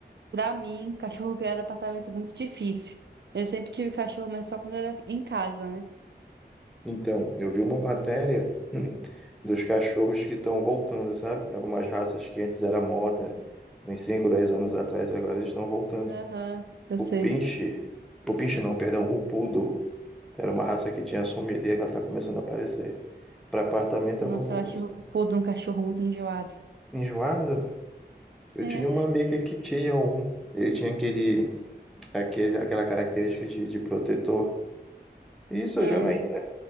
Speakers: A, on the right; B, in the centre.
A: pra mim, cachorro criado em apartamento é muito difícil. Eu sempre tive cachorro, mas só quando era em casa, né?
B: Então, eu vi uma matéria hum, dos cachorros que estão voltando, sabe? Algumas raças que antes era moda, uns 5 10 anos atrás, agora eles estão voltando.
A: Aham, eu
B: O
A: sei.
B: pinche, o pinche não, perdão, o poodle, era uma raça que tinha sumido e ela está começando a aparecer. Para apartamento
A: Nossa,
B: é uma boa
A: eu acho
B: opção.
A: o pô de um cachorro muito enjoado.
B: Enjoado? Eu
A: É.
B: tinha uma amiga que tinha um. Ele tinha aquele, aquele, aquela característica de, de protetor. Isso,
A: Ai.
B: a Janaína.